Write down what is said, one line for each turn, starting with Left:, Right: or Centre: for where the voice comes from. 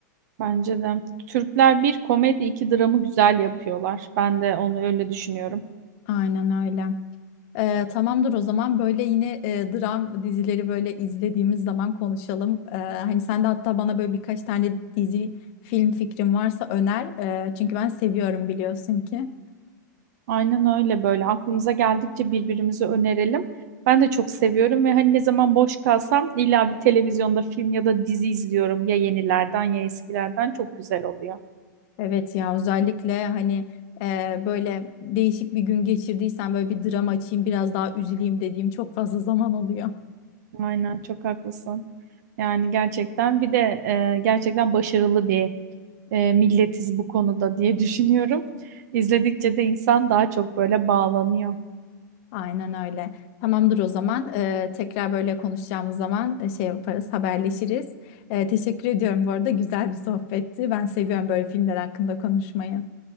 Right: Bence de. Türkler bir komedi iki dramı güzel yapıyorlar. Ben de onu öyle düşünüyorum.
Left: Aynen öyle. Ee, tamamdır o zaman böyle yine e, dram dizileri böyle izlediğimiz zaman konuşalım. Ee, hani sen de hatta bana böyle birkaç tane dizi film fikrin varsa öner. Ee, çünkü ben seviyorum biliyorsun ki.
Right: Aynen öyle böyle aklımıza geldikçe birbirimize önerelim. Ben de çok seviyorum ve hani ne zaman boş kalsam illa bir televizyonda film ya da dizi izliyorum. Ya yenilerden ya eskilerden çok güzel oluyor.
Left: Evet ya özellikle hani e, böyle değişik bir gün geçirdiysen böyle bir dram açayım biraz daha üzüleyim dediğim çok fazla <laughs> zaman oluyor.
Right: Aynen çok haklısın. Yani gerçekten bir de e, gerçekten başarılı bir e, milletiz bu konuda diye <laughs> düşünüyorum. İzledikçe de insan daha çok böyle bağlanıyor.
Left: Aynen öyle. Tamamdır o zaman. Ee, tekrar böyle konuşacağımız zaman e, şey yaparız, haberleşiriz. Ee, teşekkür ediyorum bu arada. Güzel bir sohbetti. Ben seviyorum böyle filmler hakkında konuşmayı.